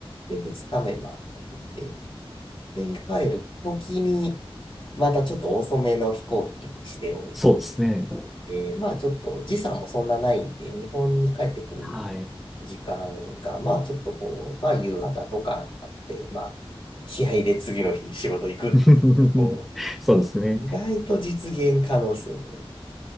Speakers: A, on the left; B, in the centre.
A: で、2日目も遊んで、で、帰る時に、またちょっと遅めの飛行機にしておいて、
B: そうですね。
A: で、まあちょっと時差もそんなないんで、日本に帰ってくる
B: はい。
A: 時間が、まあちょっとこう、まあ夕方とかになって、まあ気合で次の日仕事行くっていうとこ
B: <laughs> そうですね。
A: 意外と実現可能ですよね。